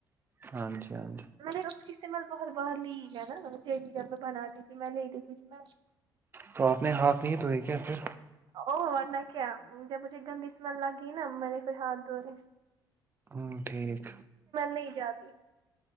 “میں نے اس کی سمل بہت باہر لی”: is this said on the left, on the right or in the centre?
Right